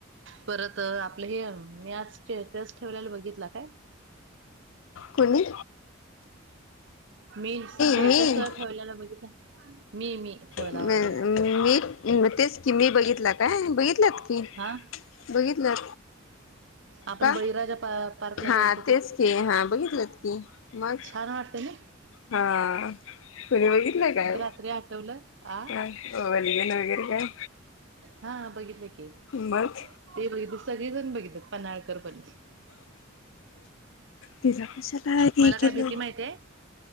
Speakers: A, on the right; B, on the left.
A: परत आपलं हे मी आज स्टेटस ठेवलेला बघितला काय?
B: कुणी?
A: मी स्टेटस
B: मी
A: ठेवलेलं मी मी ठेवला
B: मी
A: होता तो.
B: मी तेच की मी बघितला काय बघितलंत की
A: हा
B: बघितला.
A: आपण
B: का
A: बळीराजा पा पार्कला
B: हा
A: गेलतो
B: तेच
A: ते.
B: की हा बघितलं. मग
A: छान वाटते ना
B: हा व्हिडिओ बघितलं काय?
A: तरी आठवलं हा.
B: <unintelligible> वगैरे काय
A: हा बघितलं की.
B: मग
A: ते बघित सगळेजण बघितल पनळकर पण.
B: तिचा कशाला हे
A: मला काय
B: केलं.
A: भीती माहितीये